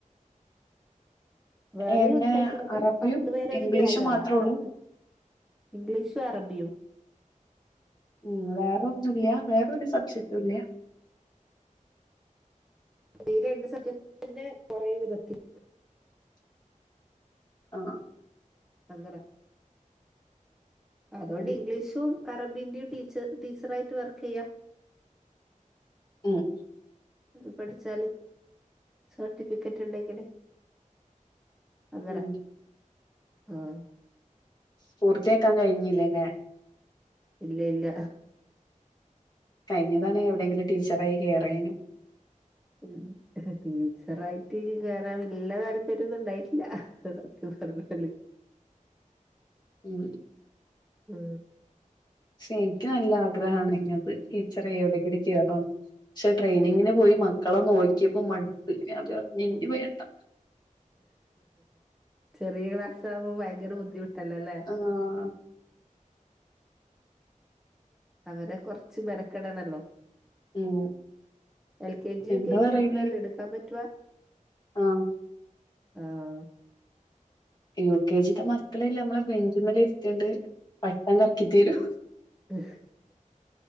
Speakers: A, in the centre; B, on the left (about 30°).
A: വേറെുണ്ട്
B: എങ്ങനെ
A: പക്ഷെ നമ്മള്
B: അറബിയും
A: പത്ത് പേരൊ
B: ഇംഗ്ലീഷും
A: ഒരു ഇത്േങ്ങ
B: മാത്രള്ളൂ
A: പത്ത് ഇംഗ്ലീഷും അറബിയും
B: ഉം വേറെ ഒന്നുമല്ല വേറൊര സംശയിച്ചില്ല
A: ഈ രണ്ട് സബ്ജക്ട് തന്നെ കൊറെ വിധത്തിൽ
B: ആഹ
A: അങ്ങനെ അതുകൊണ്ട്
B: ഉം
A: ഇംഗ്ലീഷും അറബിന്റെയും ടീച്ച ടീച്ചർ ആായിട്ട് വർക്ക് ചെയ്യാം
B: ഉം
A: അത് പഠിച്ചാല് സർട്ടിഫിക്കറ്റ് ഉണ്ടെങ്കില് അങ്ങനെ
B: ഉം
A: ആഹ
B: പൂർത്തിയാക്കാൻ കഴിഞ്ഞില്ലല്ലേ
A: ഇല്ല ഇല്ല
B: ഴിഞ്ഞ തണെ എവിടെെങ്കിലും ടീച്ചറായി കയറിയനും
A: ഉ ടീച്ചറായിട്ട് കേറാ വല്ല താല്പര്യൊന്നും ഉണ്ടായിട്ടില്ല സത്യംന്ന് പറഞ്ഞാല്
B: ഉം
A: ഉം
B: പക്ഷെ എനിക്ക് നല്ല ആഗ്രഹമാണ് അത് ടീച്ചറെ എവിടെങ്കിലും ക കേറന്ന് പക്ഷെ ട്രെയിനിങ്ങിന് പോയി മക്കളെ നോക്കിയപ്പോ മടുത്ത് പറഞ്ഞഞ് ഇ പോയണ്ട
A: ചെറിയ ക്ലാസ് ആകുമ്പോ ഭയങ്കര ബുദ്ധിമുട്ടല്ലല്ലേ
B: ആഹ
A: അവരെ കുറച്ച് മെനക്കെടണല്ലോ
B: ഉം
A: L K G
B: എന്താ
A: U K
B: പറയല്
A: ജി ഒന്നല്ല എടുക്കാൻ പറ്റവാ
B: ആ
A: ആഹ
B: യു കെ ജിുടെ മക്കളെല്ല നമ്മളെ ബെഞ്ചി മല ഇരുത്തിണ്ട് പട്ടം കറക്കി തീരൂ
A: ഉ